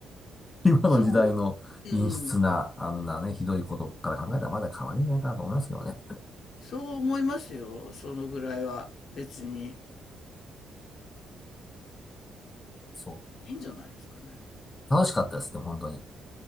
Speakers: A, on the left (about 25°); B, on the left (about 70°).
A: 今の時代の陰湿な、
B: そう、うん。
A: あんなね、ひどいことから考えたらまだ可愛いんじゃないかなと思いますけどね。
B: そう思いますよ、そのぐらいは。別に。
A: そ
B: いいんじゃないですかね。
A: う。楽しかったですね、本当に。